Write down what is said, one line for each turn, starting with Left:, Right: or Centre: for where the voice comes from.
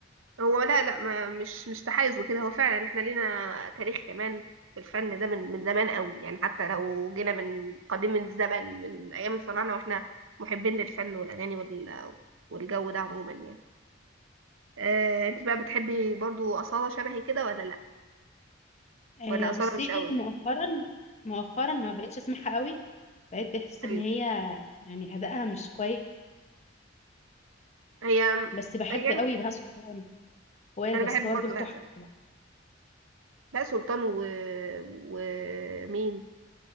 Right: هو لا لا ما مش مش تحيز وكده هو فعلا احنا لينا تاريخ كمان في الفن ده من من زمان قوي يعني حتى لو جينا من قديم الزمن من ايام الفراعنه واحنا محبين للفن والاغاني وال والجو ده عموما يعني اه انت بقى بتحبي برضو اصاله شبهي كده ولا لا
Left: آه
Right: ولا اصاله
Left: بصي
Right: مش قوي
Left: مؤخرا مؤخرا ما بقتش اسمعها قوي بقيت بحس
Right: ايوه
Left: ان هي يعني ادائها مش كويس
Right: هي
Left: بس بحب
Right: يعني
Left: قوي بهاء سلطان وائل
Right: انا
Left: جسار
Right: بحب برضو
Left: دول تحفه
Right: بقى سلمى بقى سلطان و... ومين